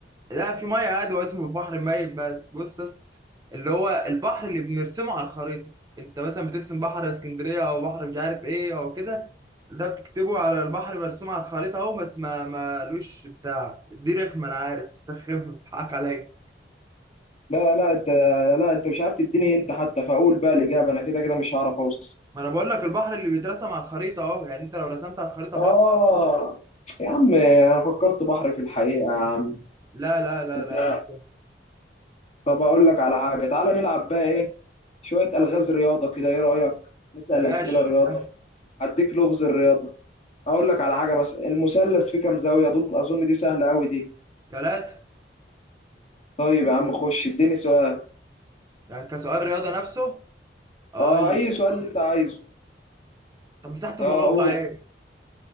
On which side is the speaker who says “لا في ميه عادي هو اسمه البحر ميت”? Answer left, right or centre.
Right